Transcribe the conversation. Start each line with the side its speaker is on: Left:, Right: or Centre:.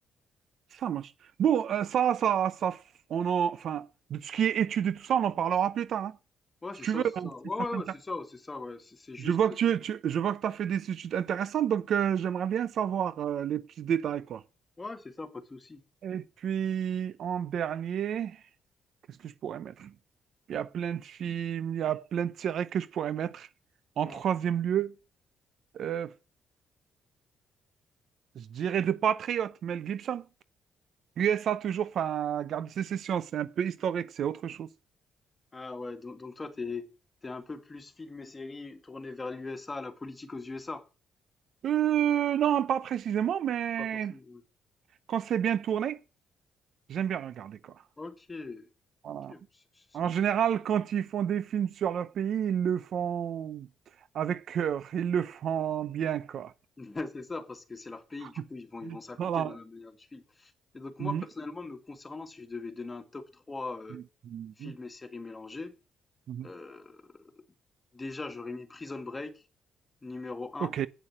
Right: ça marche. Bon, euh, ça, ça, ça, on en, enfin, de tout ce qui est études et tout ça, on en parlera plus tard. hein.
Left: Ouais,
Right: Si
Left: c'est
Right: tu
Left: ça,
Right: veux,
Left: c'est ça.
Right: hein,
Left: Ouais,
Right: si ça
Left: ouais,
Right: t'intéresse.
Left: ouais, c'est ça, c'est ça, ouais, c'est c'est juste,
Right: Je vois que tu, tu- je vois que tu as fait des études intéressantes, donc euh, j'aimerais bien savoir euh, les petits détails, quoi.
Left: ouais, c'est ça, pas de souci.
Right: Et puis, en dernier, qu'est-ce que je pourrais mettre? Il y a plein de films, il y a plein de séries que je pourrais mettre. En
Left: Mmh.
Right: troisième lieu, euh, je dirais de Patriote, Mel Gibson. USA toujours, enfin, garde de sécession, c'est un peu historique, c'est autre chose.
Left: Ah ouais, donc donc toi, t'es t'es un peu plus film et série tourné vers l'USA, la politique aux USA?
Right: Euh, non, pas précisément, mais
Left: Pas forcément, ouais.
Right: quand c'est bien tourné, j'aime bien regarder quoi.
Left: OK. OK,
Right: Voilà.
Left: c'est c'est
Right: En
Left: bien.
Right: général, quand ils font des films sur leur pays, ils le font avec cœur, ils le font bien quoi.
Left: <laughs> C'est ça, parce que c'est leur pays,
Right: <laughs>
Left: du coup, ils vont ils vont s'appliquer
Right: Voilà.
Left: dans la manière du film. Et donc moi,
Right: Mhm.
Left: personnellement, me concernant, si je devais donner un top 3 euh,
Right: Mhm.
Left: films et séries mélangés,
Right: Mhm.
Left: euh, déjà, j'aurais mis Prison Break, numéro un
Right: Ok.